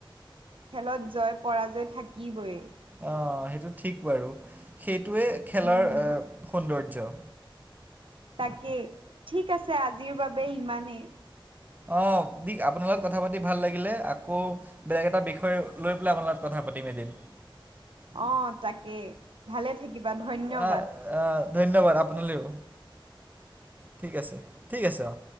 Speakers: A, on the right; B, on the right.
A: খেলত জয় পৰাজয় থাকিবই।
B: অ', সেইটো ঠিক বাৰু সেইটোৱে খেলাৰ
A: উম
B: সৌন্দৰ্য্য।
A: তাকে ঠিক আছে, আজিৰ বাবে ইমানেই।
B: অ', পিক আপোনাৰ লগত কথা পাতি ভাল লাগিলে আকৌ বেলেগ এটা বিষয় লৈ পেলাই আপোনাৰ লগত কথা পাতিম এদিন।
A: অ', তাকেই ভালে থাকিবা ধন্যবাদ।
B: আহ, ধন্যবাদ আপোনালৈও ঠিক আছে, ঠিক আছে অ'।